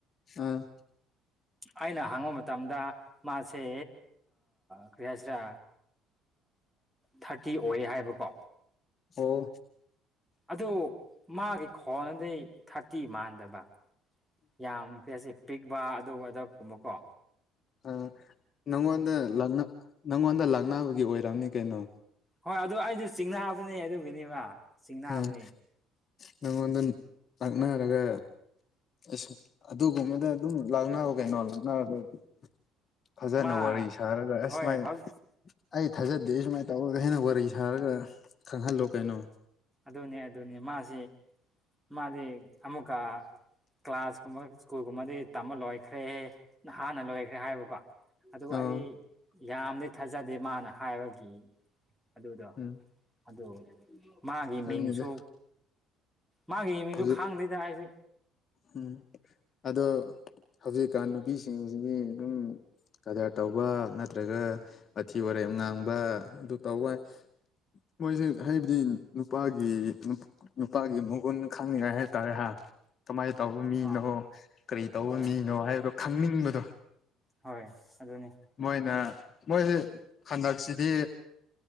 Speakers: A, on the left; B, in the centre.
A: ꯑꯥ
B: ꯑꯩꯅ ꯍꯪꯕ ꯃꯇꯝꯗ ꯃꯥꯁꯦ ꯀꯔꯤ ꯍꯥꯏꯁꯤꯔꯥ ꯊꯥꯔꯇꯤ ꯑꯣꯏꯔꯦ ꯍꯥꯏꯕꯀꯣ
A: ꯑꯣ
B: ꯑꯗꯨ ꯃꯥꯒꯤ ꯈꯣꯟꯅꯗꯩ ꯊꯥꯔꯇꯤ ꯃꯥꯟꯗꯕ ꯌꯥꯝꯈ꯭ꯔꯦ ꯑꯁꯤ ꯄꯤꯛꯄ ꯑꯗꯨꯒ ꯑꯗꯨ ꯀꯨꯝꯕꯀꯣ
A: ꯑ ꯅꯪꯉꯣꯟꯗ ꯅꯪꯉꯣꯟꯗ ꯂꯥꯛꯅꯕꯒꯤ ꯑꯣꯏꯔꯝꯅꯤ ꯀꯩꯅꯣ
B: ꯍꯣꯏ ꯑꯗꯨ ꯑꯩꯁꯨ ꯆꯤꯡꯅꯥꯕꯅꯦ ꯑꯗꯨꯒꯤꯅꯦꯕ ꯆꯤꯡꯅꯕꯅꯦ
A: ꯎꯝ ꯅꯪꯉꯣꯟꯗ ꯑꯛꯅꯔꯒ ꯑꯁ ꯑꯗꯨꯒꯨꯝꯕꯗ ꯑꯗꯨꯝ ꯂꯥꯛꯅꯕ ꯀꯩꯅꯣ ꯂꯥꯛꯅꯔꯗꯗꯤ ꯐꯖꯅ
B: ꯃꯥ
A: ꯋꯥꯔꯤ ꯁꯥꯔꯒ ꯑꯁꯃꯥꯏꯅ
B: ꯍꯣꯏ ꯍꯧ
A: ꯑꯩ ꯊꯥꯖꯗꯦ ꯁꯨꯃꯥꯏꯅ ꯇꯧ ꯍꯦꯟꯅ ꯋꯥꯔꯤ ꯁꯥꯔꯒ ꯈꯪꯍꯜꯂꯣ ꯀꯩꯅꯣ
B: ꯑꯗꯨꯅꯦ ꯑꯗꯨꯅꯦ ꯃꯥꯁꯤ ꯃꯥꯗꯤ ꯑꯃꯨꯛꯀ ꯀ꯭ꯂꯥꯁ ꯀꯨꯝꯕ ꯁ꯭ꯀꯨꯜꯒꯨꯝꯕꯗꯤ ꯇꯝꯕ ꯂꯣꯏꯈ꯭ꯔꯦ ꯍꯥꯟꯅ ꯂꯣꯏꯈ꯭ꯔꯦ ꯍꯥꯏꯕꯀꯣ ꯑꯗꯨ
A: ꯑꯥ
B: ꯑꯩꯗꯤ ꯌꯥꯝꯗꯤ ꯊꯥꯖꯗꯦ ꯃꯥꯅ ꯍꯥꯏꯕꯒꯤ ꯑꯗ ꯎꯗ
A: ꯎꯝ
B: ꯑꯗ ꯃꯥꯒꯤ
A: ꯈꯪꯗꯦꯗ
B: ꯃꯤꯡꯁꯨ ꯃꯥꯒꯤ ꯃꯤꯡꯁꯨ
A: ꯍꯧꯖꯤꯛ
B: ꯈꯥꯡꯗ꯭ꯣꯏꯗ ꯑꯩꯁꯨ
A: ꯎꯝ ꯑꯗꯣ ꯍꯧꯖꯤꯛꯀꯥꯟ ꯅꯨꯄꯤꯁꯤꯡꯁꯤꯗꯤ ꯑꯗꯨꯝ ꯀꯗꯔ ꯇꯧꯕ ꯅꯠꯇ꯭ꯔꯒ ꯑꯊꯤ ꯋꯥꯔꯦꯝ ꯉꯥꯡꯕ ꯑꯗꯨ ꯇꯧꯕ ꯃꯣꯏꯁꯦ ꯍꯥꯏꯕꯗꯤ
B: ꯑꯗꯨꯅꯤ
A: ꯅꯨꯄꯥꯒꯤ ꯅꯨꯄꯥꯒꯤ ꯃꯒꯣꯟ ꯈꯪꯅꯤꯡꯉꯥꯏ ꯍꯥꯏꯇꯥꯔꯦ ꯍꯥ ꯀꯃꯥꯏꯅ ꯇꯧꯕ
B: ꯑꯥ
A: ꯃꯤꯅꯣ ꯀꯔꯤ ꯇꯧꯕ
B: ꯍꯣꯏ
A: ꯃꯤꯅꯣ ꯍꯥꯏꯕꯗꯣ ꯈꯪꯅꯤꯡꯕꯗꯣ
B: ꯍꯣꯏ ꯑꯗꯨꯅꯤ
A: ꯃꯣꯏꯅ ꯃꯣꯏꯁꯤ ꯍꯟꯗꯛꯁꯤꯗꯤ